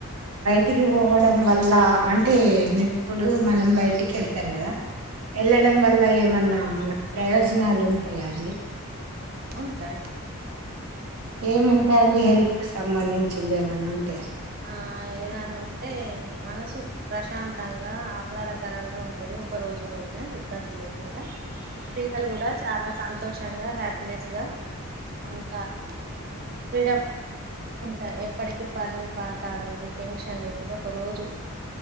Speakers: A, on the right; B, on the right.
A: టికి పోవడం వళ్ళ, అంటే నిప్పుడు మనం బైటికి యెల్తం గద ఎల్లడం వల్ల ఏ. మన్నా మనకు ప్రయోజ్ నాలు ఉంటాయా అండి.
B: ఉంటాయి
A: ఏమున్ టయ్ అండి హెల్త్క్ సంబంధించిందే మ అన్నుంటాయ.
B: ఆ ఏదనా ఉంటే మనసు ప్రశాంతంగా, ఆహ్లాదకరంగా ఉంటది ఒక రోజు పోయినా ఇబ్బంది లేకుండా పిల్లలు కూడా చాలా సంతోష్ ంగా హ్యాప్ నెస్ గా ఉంటా ఫ్రీడమ్, ఉంటార్ ఎప్పటికి పని పాట అనేది టెన్షన్ లేకుండా ఒక రోజు